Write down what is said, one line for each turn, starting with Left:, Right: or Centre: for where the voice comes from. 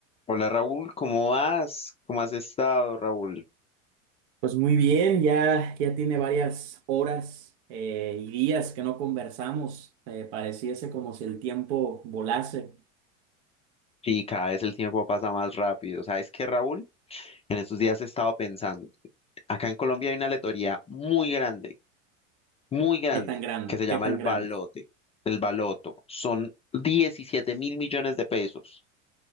Left: Hola Raúl, ¿cómo vas? ¿Cómo has estado, Raúl?
Right: Pues muy bien, ya, ya tiene varias horas eh, y días que no conversamos. Eh, pareciese como si el tiempo volase.
Left: Y cada vez el tiempo pasa más rápido. ¿Sabes qué, Raúl? En estos días he estado pensando. Acá en Colombia hay una lotería muy grande, muy grande,
Right: ¿Qué tan grande?
Left: que se llama
Right: ¿Qué tan
Left: el Balote,
Right: grande?
Left: el Baloto. Son diecisiete mil millones de pesos.